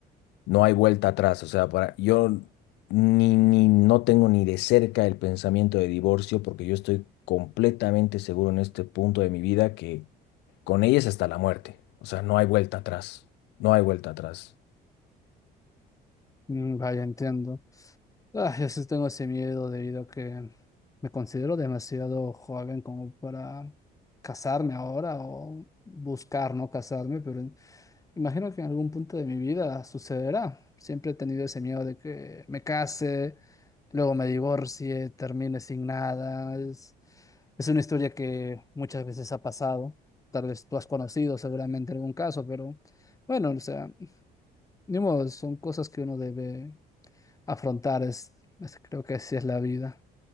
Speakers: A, on the left; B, on the left.
A: No hay vuelta atrás. O sea, para, yo ni, ni no tengo ni de cerca el pensamiento de divorcio porque yo estoy completamente seguro en este punto de mi vida que con ellas hasta la muerte. O sea, no hay vuelta atrás. No hay vuelta atrás.
B: Mm, Vaya, entiendo. Ah, yo sí tengo ese miedo debido a que me considero demasiado joven como para casarme ahora o buscar no casarme, pero Imagino que en algún punto de mi vida sucederá. Siempre he tenido ese miedo de que me case, luego me divorcie, termine sin nada. Es, es una historia que muchas veces ha pasado. Tal vez tú has conocido seguramente algún caso, pero bueno, o sea, ni modo, son cosas que uno debe afrontar. Es, es- creo que así es la vida.